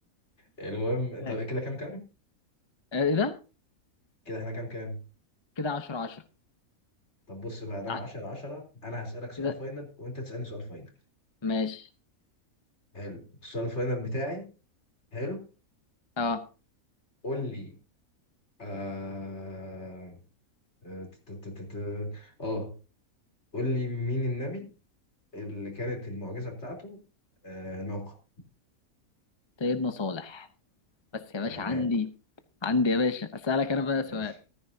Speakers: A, on the left (about 50°); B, on the left (about 25°).
A: المهم
B: <laughs>
A: طب كده كام كام
B: ايه ده
A: كده احنا كام كام
B: كده عشرة عشرة
A: طب بص بقى دام
B: ع-
A: 10 10 انا هسألك سؤال
B: كده
A: فاينل وانت تسألني سؤال فاينل
B: ماشي
A: حلو السؤال الفاينل بتاعي حلو
B: اه
A: قول لي آه آه، ت- ت- ت- ت- آه، قول لي مين النبي اللي كانت المعجزة بتاعته آه ناقة
B: سيدنا صالح بس يا باشا
A: تمام
B: عندي عندي يا باشا اسألك انا بقى
A: ماشي
B: سؤال